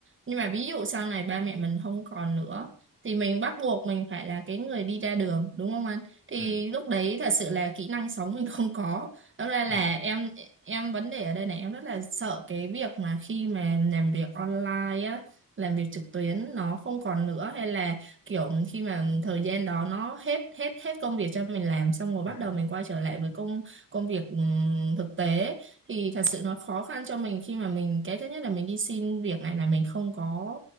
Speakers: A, on the right; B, on the left.
A: nhưng mà ví dụ sau này ba mẹ mình không còn nữa thì mình bắt buộc mình phải là cái người đi ra đường đúng không anh thì
B: Ừ.
A: lúc đấy thật sự là kỹ năng sống mình <laughs> không có Đó ra
B: Ừ.
A: là
B: Ừ.
A: em em vấn đề ở đây này em rất là sợ cái việc mà khi mà làm việc online á làm việc trực tuyến nó không còn nữa hay là kiểu khi mà thời gian đó nó hết hết hết công việc cho mình làm xong rồi
B: ừ.
A: bắt đầu mình quay trở lại với công công việc ừm, thực tế thì thật sự nó khó khăn cho mình khi mà mình cái thứ nhất là mình đi xin việc này là mình không có